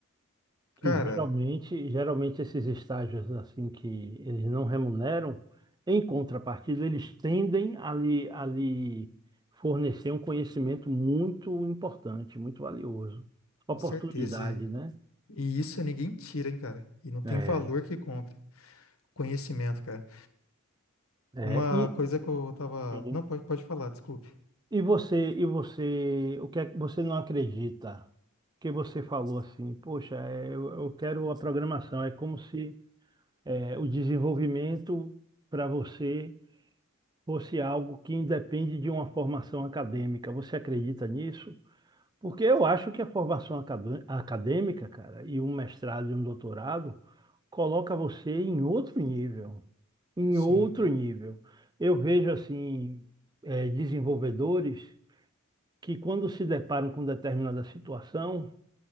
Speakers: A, on the left; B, on the right.
A: Cara,
B: que geralmente, geralmente esses estágios assim que eles não remuneram, em contrapartida, eles tendem a lhe, a lhe fornecer um conhecimento muito importante, muito valioso. Oportunidade,
A: com certeza.
B: né?
A: E isso ninguém tira, hein, cara. E não tem
B: É,
A: valor que compre. Conhecimento, cara.
B: é,
A: Uma
B: e,
A: coisa que eu tava.
B: Sim.
A: Não, pode, pode falar, desculpe.
B: e você, e você, o que é que você não acredita? Que você falou assim, poxa, é, eu, eu quero a programação. É como se é, o desenvolvimento para você fosse algo que independe de uma formação acadêmica. Você acredita nisso? Porque eu acho que a formação acadê- acadêmica, cara, e um mestrado e um doutorado coloca você em outro nível, em
A: Sim.
B: outro nível. Eu vejo assim, eh, desenvolvedores que quando se deparam com determinada situação